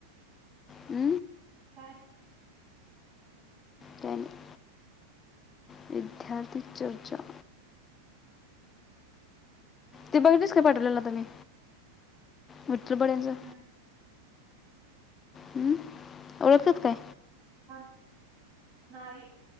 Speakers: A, on the left; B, on the right.
A: उ
B: काय?
A: काय नई वीध्य द्यार्थी चर्चा ते बघितलीस काय पाठवलेल आता मी विठलं बड्यांचं?
B: हम्.
A: हम्म. ओळखत्यात काय?
B: आ म नाही.